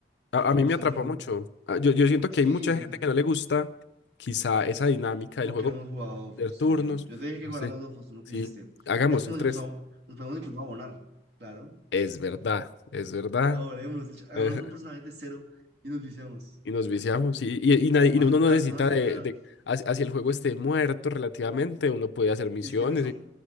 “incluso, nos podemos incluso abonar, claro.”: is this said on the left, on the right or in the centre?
Right